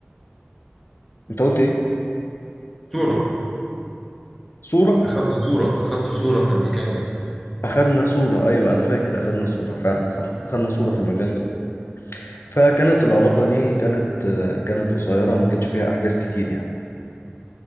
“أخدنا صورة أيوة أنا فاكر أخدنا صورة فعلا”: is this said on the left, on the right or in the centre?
Left